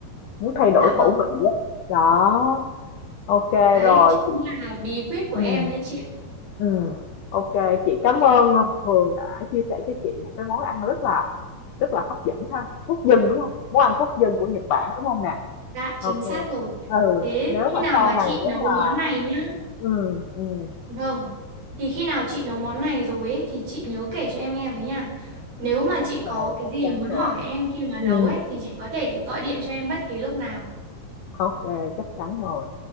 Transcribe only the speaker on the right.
dạ vâng.
Đấy
chính
là bí quyết của
em đấy chị. ạ.
Dạ chính
xác rồi.
Thế
khi
nào
mà
chị
nấu
món này nhá.
Vâng. Thì khi nào chị nấu món này rồi ấy thì chị nhớ kể cho em nghe với nha. Nếu
mà
chị
có cái
gì
muốn
hỏi em khi mà
nấu ấy thì chị có thể gọi điện cho em bất kỳ lúc nào.